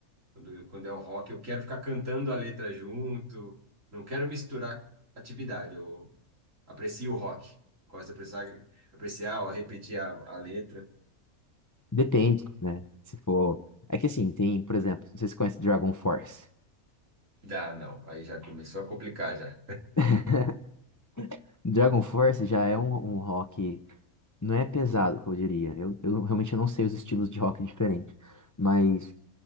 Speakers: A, on the right; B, on the left.
A: Quando, quando é o rock, eu quero ficar cantando a letra junto, não quero misturar atividade. Eu aprecio o rock. Gosto de apreciar, apreciar ou repetir a a letra.
B: Depende, né? Se for. É que assim, tem, por exemplo, vocês conhecem Dragon Force.
A: Dá, não. Aí já começou a complicar já.
B: <laughs> Dragon Force já é um, um rock. Não é pesado, que eu diria. Eu, eu realmente não sei os estilos de rock diferentes. Mas.